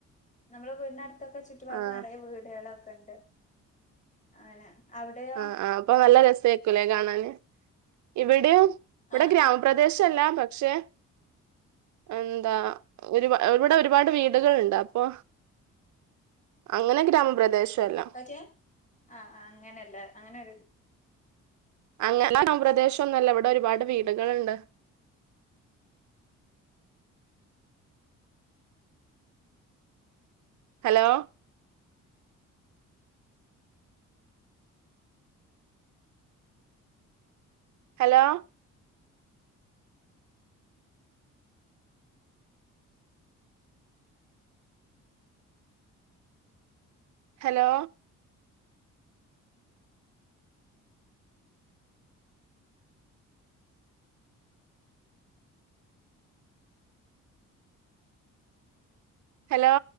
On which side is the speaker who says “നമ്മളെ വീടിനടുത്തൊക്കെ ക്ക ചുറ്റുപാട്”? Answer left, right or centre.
Left